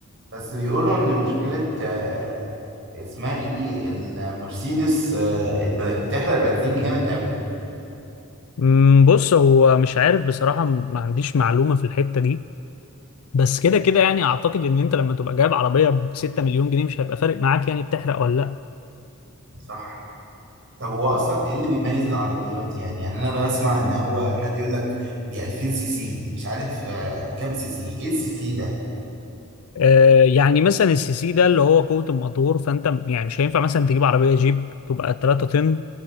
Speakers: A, on the right; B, on the left.
A: بس بيقولوا ان مشكلة آه، اسمها ايه دي المرسيدس آه، الب- بتحرق بنزين جامد قوي
B: أمم، بص هو مش عارف بصراحه م- ما عنديش معلومه في الحته دي بس كده كده يعني اعتقد ان انت لما تبقى جايب عربيه ب 6 مليون جنيه مش هيبقى فارق معاك يعني بتحرق ولا لا
A: صح طب هو اصلا ايه اللي بيميز العربيات يعني يعني انا بسمع ان هو حد يقول لك دي 2000 سي سي دي مش عارف آه، كام سي سي ايه السي سي
B: آه، يعني مثلا السي سي ده اللي هو قوة الموتور فانت م- يعني مش هينفع مثلا تجيب عربية جيب تبقى 3 طن